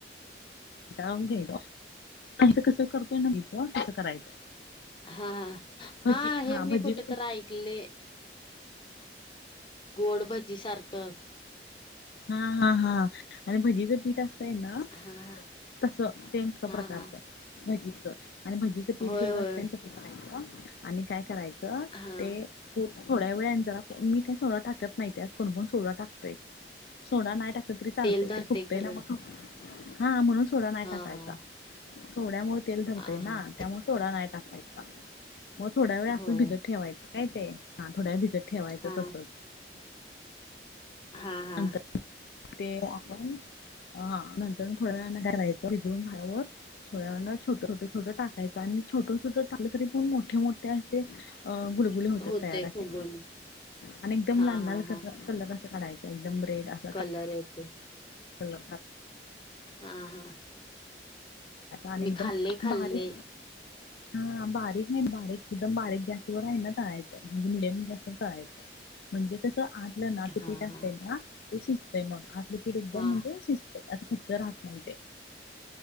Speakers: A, on the left; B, on the left.
A: घ्याय कसं करतोय ना मी कसं करायचं.
B: हा हा
A: भजी
B: हा हे मी
A: भजी
B: कुठेतरी ऐकले. गोडभजी सारखं.
A: हा हा हा आणि भजीचच मीठ असतय ना.
B: हा हा
A: तस तेेमच
B: हा
A: प्रकारच
B: हा
A: भजीचं आणि भजीचं पीठ
B: होय
A: जेवढं
B: होय
A: असत तसं करायचं आणि काय करायचं.
B: हा
A: ते थोड्या वेळ जराण मी काही सोळां टाकत नाही आज कोणकण सोळा टाकतोय. सोडा नाही टाकल तरी चालतंय.
B: तेल धरते
A: ते फुगतंय
B: खरं
A: ना मग. हा म्हणून सोडा नाही
B: हा
A: टाकायचा.
B: हा
A: सोड्या मुळ तेल धरतेय
B: हा हा
A: ना. त्यामुळे सोडा नाही टाकायचा. मग थोड्या वेळ असल
B: होय
A: भिजत ठेवायचं. काय ते. हा थोड्या भिजत ठेवायचं
B: हा
A: तसंच.
B: हा हा.
A: नंतर ते आपण. ह नंतरुन थोड्या वेळान काय करायचं भिजून झाल्यावर. थोड्या वेळानं छोट छोट छोट टाकायचं. आणि छोट छोट टा तरी पण मोठे मोठे असे. गुल खुले होतात
B: होते
A: तयार असे.
B: फुगून
A: आणि एकदम
B: हा
A: लाल लाल
B: हा हा
A: कलर अस काढायचा. एकदम रेड अस.
B: कलर येते.
A: कळा
B: हा हा
A: आणि
B: मी
A: एकदम
B: खाल्ले खाल्ले
A: बारीक हा. बारीकेना बारीक, एकदम बारीक गॅसवर आहे ना. तळायच. म्हणजे मडियम गॅस व तळायचं. म्हणजे कसं आतलंय ना. ते
B: हा
A: पीठ असत
B: हा
A: ना. ते शिजतय मग. आ आपले पीठ एकदम
B: वा
A: म्हणजे शिजत आस कच्च राहत नाही ते.